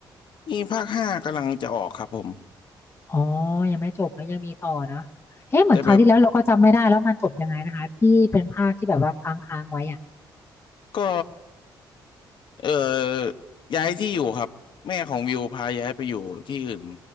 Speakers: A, on the left; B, on the left.
A: นี่ภาคห้ากำลังจะออกครับผม
B: อ๋อยังไม่จบนะยังมีต่อเนอะเอ๊ะเหมือนคราวที่แล้วเราก็จำไม่ได้แล้วมันจบยังไงนะคะที่เป็นภาคที่แบบว่าค้างๆไว้อะ
A: แต่แบบก็เอ่อย้ายที่อยู่ครับแม่ของวิวพาย้ายไปอยู่ที่อื่น